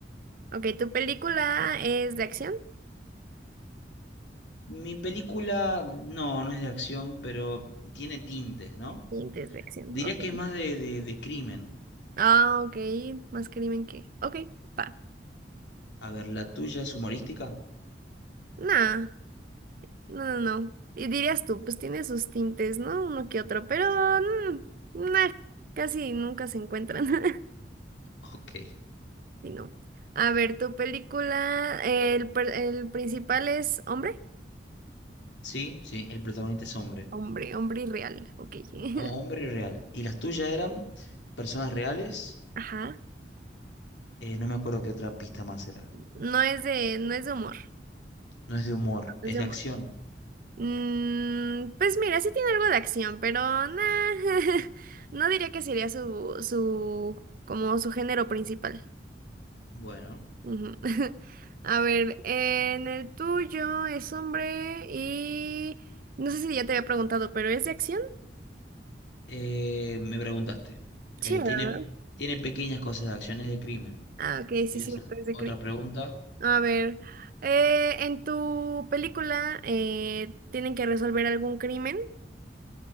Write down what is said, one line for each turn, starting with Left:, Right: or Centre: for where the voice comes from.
Right: Ok, ¿tu película es de acción?
Left: Mi película, no, no es de acción, pero tiene tintes, ¿no?
Right: Sí, es de acción.
Left: Diría
Right: ok.
Left: que es más de, de de crimen.
Right: Ah, ok. Más crimen que. Ok, va.
Left: A ver, ¿la tuya es humorística?
Right: Nah. No, no, no. Y dirías tú, pues tiene sus tintes, ¿no? Uno que otro, pero mm, nah, casi nunca se encuentran. <laughs>
Left: Ok.
Right: Sí, no. A ver, tu película, eh, el, per- el principal es hombre.
Left: Sí, sí, el protagonista es hombre.
Right: Hombre, hombre real, ok. <laughs>
Left: O hombre real. ¿Y las tuyas eran personas reales?
Right: Ajá.
Left: Eh, no me acuerdo qué otra pista más era.
Right: No es de, no es de humor.
Left: No es de humor,
Right: No es
Left: es
Right: de
Left: de
Right: humor.
Left: acción.
Right: Mm, pues mira, sí tiene algo de acción, pero nah, <laughs> no diría que sería su, su, como su género principal.
Left: Bueno,
Right: Ujú. <laughs> A ver, en el tuyo es hombre y no sé si ya te había preguntado, pero ¿es de acción?
Left: eh, me preguntaste. Eh,
Right: Sí, ¿verdad?
Left: ¿tiene, tiene pequeñas cosas de acciones de crimen?
Right: Ah, ok,
Left: ¿Quieres
Right: sí, sí,
Left: hacer
Right: es de
Left: otra
Right: crimen.
Left: pregunta?
Right: A ver, eh, en tu película eh, tienen que resolver algún crimen,